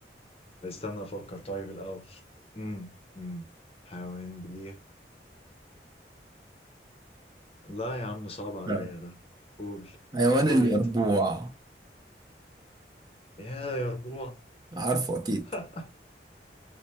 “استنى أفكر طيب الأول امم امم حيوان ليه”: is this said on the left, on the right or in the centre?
Left